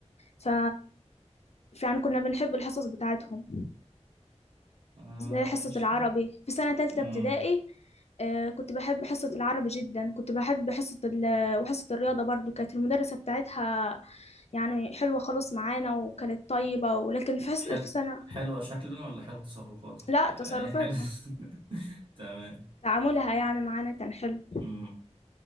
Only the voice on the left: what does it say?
ف فعلا كنا بنحب الحصص بتاعتهم
زي حصة
العربي في سنة تالتة
ابتدائي آه، كنت بحب حصة العربي جدا كنت بحب حصة ال... وحصة الرياضة برضو كانت المدرسة بتاعتها يعني حلوة خالص معانا وكانت طيبة ولكن في حص...
في سنة
لا تصرفاتها
تعاملها يعني معانا كان حلو